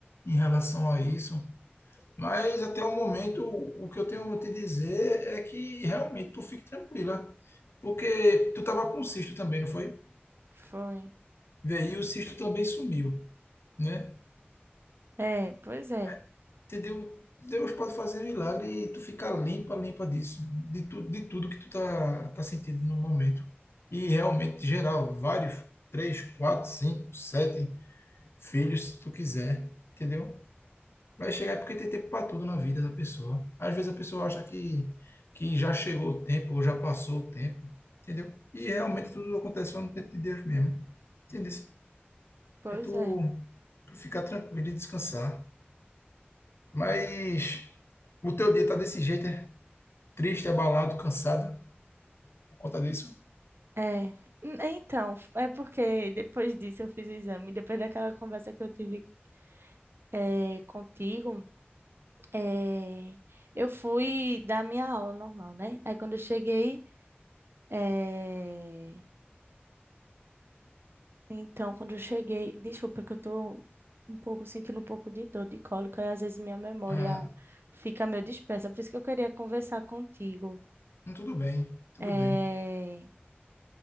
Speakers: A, on the left; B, on the right.
A: em relação a isso. Mas até o momento, o que eu tenho a te dizer é que realmente tu fique tranquila. Porque tu estava com um cisto também, não foi?
B: Foi.
A: Veio, e o cisto também sumiu, né?
B: É, pois é,
A: É, Entendeu? Deus pode fazer um milagre e tu ficar limpa, limpa disso, de, tu, de tudo que tu tá, tá sentindo no momento. E realmente, geral, vários, três, quatro, cinco, sete filhos, se tu quiser, entendeu? Vai chegar é porque tem tempo para tudo na vida da pessoa. Às vezes a pessoa acha que, que já chegou o tempo, ou já passou o tempo, entendeu? E realmente tudo acontece só no tempo de Deus mesmo, entendeu?
B: pois
A: É tu,
B: é.
A: tu ficar tranquilo e descansar. Mas o teu dia tá desse jeito, né? Triste, abalado, cansado por conta disso?
B: É, N- então, f- é porque depois disso eu fiz o exame, depois daquela conversa que eu tive é, contigo, É, eu fui dar minha aula normal, né? Aí quando eu cheguei, é, então quando eu cheguei, desculpa que eu tô um pouco sentindo um pouco de dor de cólica e às vezes minha memória
A: Ah,
B: fica meio dispersa, por isso que eu queria conversar contigo.
A: hum, tudo bem, tudo
B: É,
A: bem.